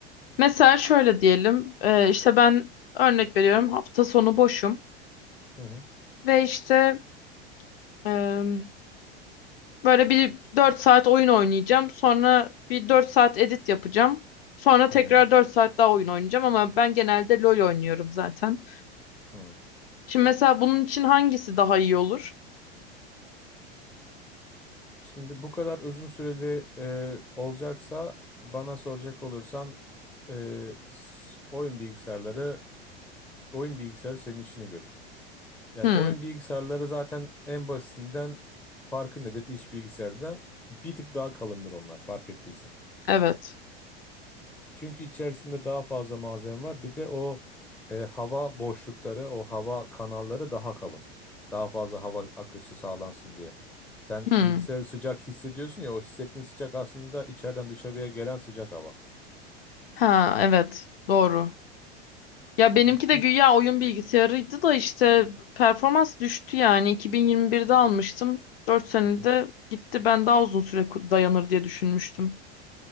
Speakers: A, on the left (about 65°); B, in the centre.
A: Mesela şöyle diyelim. e, işte ben örnek veriyorum hafta sonu boşum
B: Hı hı.
A: ve işte e, böyle bir 4 saat oyun oynayacağım. Sonra bir 4 saat edit yapacağım. Sonra tekrar
B: Hı hı.
A: 4 saat daha oyun oynayacağım ama ben genelde LoL oynuyorum zaten.
B: Hı.
A: Şimdi mesela bunun için hangisi daha iyi olur?
B: Şimdi bu kadar uzun süreli e, olacaksa bana soracak olursan e, s- oyun bilgisayarları oyun bilgisayarı senin işini görür. Yani
A: Hı.
B: oyun bilgisayarları zaten en basitinden farkı nedir iş bilgisayardan? Bir tık daha kalındır onlar fark ettiysen.
A: Evet.
B: Çünkü içerisinde daha fazla malzeme var. Bir de o e, hava boşlukları, o hava kanalları daha kalın. Daha fazla hava akışı sağlansın diye. Sen
A: Hı.
B: bilgisayarı sıcak hissediyorsun ya, o hissettiğin sıcak aslında içeriden dışarıya gelen sıcak hava.
A: Ha evet. Doğru. Ya benimki
B: Hı hı.
A: de
B: Hiç,
A: güya oyun bilgisayarıydı da işte performans düştü yani. 2021'de almıştım. dört senede
B: hı hı.
A: gitti. Ben daha uzun süre ku- dayanır diye düşünmüştüm.